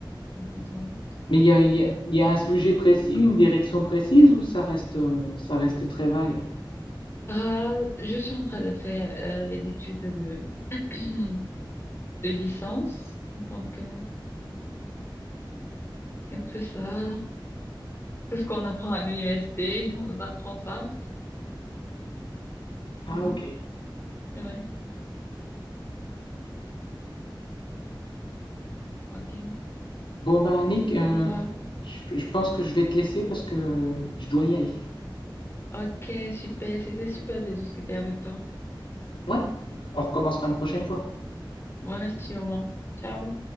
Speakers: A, on the left; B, on the left.
A: exactement.
B: Mais il y a, il y a- il y a un sujet précis, une direction précise ou ça reste, euh, ça reste très vague?
A: Ah, je suis en train de faire euh, les études de, <clears throat> de licence. Donc, euh, c'est un peu ça. C'est ce qu'on apprend à l'université. On nous apprend ça.
B: Ah,
A: Mhm.
B: ok.
A: Ouais, ok.
B: Bon, ben, Nick, euh,
A: Bon, bah.
B: je, je pense que je vais te laisser parce que je dois y aller.
A: Ok, super. C'était super de discuter avec toi.
B: Ouais, on recommencera une prochaine fois.
A: Voilà, sûrement. Ciao.